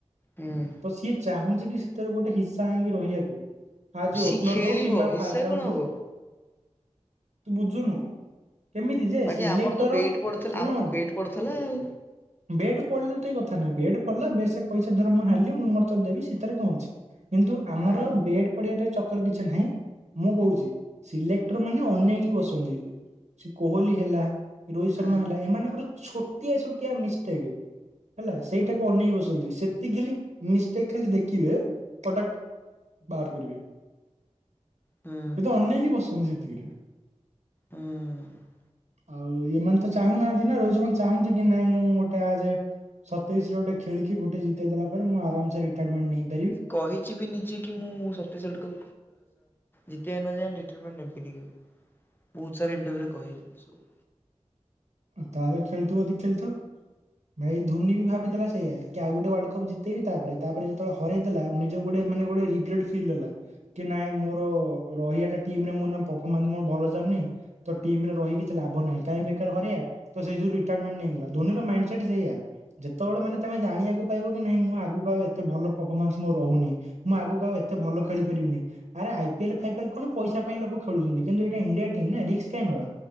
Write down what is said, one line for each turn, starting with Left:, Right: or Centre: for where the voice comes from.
Left: ହୁଁ
Right: ତ ସିଏ ଚାହୁଁନ୍ତି କି ସେଥିର ଗୋଟେ ହିସା କାହିଁ ରହିବାକୁ, ଆଜ
Left: ସିଏ
Right: ଓପନର
Left: ଖେଳିବ
Right: ହଉ କିମ୍ବା
Left: ହିସା
Right: ଫାର୍ଶଡାଉନ୍
Left: କଣ ହବ।
Right: ହୋଉ। ତୁ ବୁଝୁନୁ। କେମିତି ଯେ
Left: ବାକି
Right: ସିଲେକ୍ଟର
Left: ଆମର ତ ବେଟ୍ ପଡିଥିଲା
Right: ଶୁଣ
Left: ଆମର ତ ବେଟ୍ ପଡିଥିଲା ଆଉ
Right: ବେଟ୍ ପଡିଲା ଟିକ କଥା ନହିଁ ବେଟ୍ ପଡିଲା ବେଶ ପଇସା ଧର ମୁ ହାରିଲି ମୁଁ ମୋତ ଦେବି ଶୀତରେ କଣ ଅଛି। କିନ୍ତୁ ଆମର
Left: ହଁ
Right: ବେଡ୍ ପଡିଆଟା ଚ କି ନାହିଁ ମୁଁ କହୁଛି ସିଲେଟର ମାନେ ଅନେଇକି ବସନ୍ତି। ସେ କୋହଲି ହେଲା ରୋହିତ ଶର୍ମା
Left: ହଁ
Right: ହେଲା ଏମାନଙ୍କର ଛୋଟିଆ ଛୋଟିଆ ମିଷ୍ଟେକ୍। ହେଲା ସେଇଟାକୁ ଅନେଇ ବସନ୍ତି ସେତିକିଲି ମିଷ୍ଟେକ୍ ଖାଲି ଦେଖିବେ କଟାକ ବାହାର କରିବେ।
Left: ହଁ।
Right: ସେ ତ ଅନେଇକି ବସଛନ୍ତି ସେତିକିରେ।
Left: ହୁଁ।
Right: ଆଉ ଇମାନେ ତ ଚାହୁଁନାହାନ୍ତି ନା ରୋହିତ ଶର୍ମା ଚାହୁଁନ୍ତି କି ନାଇଁ ମୁଁ ଗୋଟେ ଆଜ ସତେଇଶରେ ଗୋଟେ ଖେଳିକି ଗଟେ ଜିତେଇଦଲା ପରେ ମୁଁ ଆରାମସେ ରିଟାୟାରମେଣ୍ଟ ନେଇ
Left: ସେ କହିଛି ବି ନିଜେ କି ମୁଁ ସତୀଶ ଗଡକୁ ଜିତ ନ ଯାଏ ରିଟେମେଣ୍ଟ ନେବି। କିଣିକିବେ ବହୁତ ସାରା ଇଣ୍ଟରଭି୍ୟୁରେ କହିଯିବ ସବୁ।
Right: ତାହେଲେ ଖେଳଥିବ ଯଦି ଖେଳଥଉ। ଭାଇ ଧୋନି ବି ଭାବିଥିଲା ସେୟା କି ଆଉ ଗୋଟେ ୱାର୍ଲଡ କପ ଜିତେଇବି ତାପରେ ତାପରେ ଯେତବେଳେ। ହରେଇ ଥିଲା ନିଜ ଗୋଟେ ମାନେ ଗୋଟେ ରଗ୍ରେଟ ଫିଲ ହେଲା ନାଇଁ ମୋର ରହିବାଟା। ଟିମ ରେ ମୁଁ ପରଫମାନ୍ସ ମୋର ଭଲ ଚାଲନି ତ ଟିମରେ ରହି କିଛି ଲାଭ ନାହିଁ କାଇଁ ବେକାର ହରିଆ। ତ ସେଇ ଯଉ ରିଟାୟାରମେଟ ନେଇଗଲା ଧ୍ୱନି ର ମାଇଣ୍ଡ ସେଟ ସେୟା। ଯେତେବେଳେ ମାନେ ତମେ ଜାଣିବାକୁ ପାଇବ କି ନାଇଁ ମୁଁ ଆଗକୁ ଆଉ ଏତେ ଭଲ ପରଫମାନ୍ସ ମୋ ରହୁନି। ମୁଁ ଆଗକୁ ଆଉ ଏତେ ଭଲ ଖେଳି ପାରିବିନି। ଆରେ ଆଇିପିଏଲ୍ ଫାଇପିଏଲ୍ କଣ ପଇସା ପାଇଁ ଲୋକ ଖେଳୁଚନ୍ତି କିନ୍ତୁ ଏଇଟା ଇଣ୍ଡିଆ ଟିମ୍ ନା ରିକ୍ସ୍ କାଇଁ ନବା।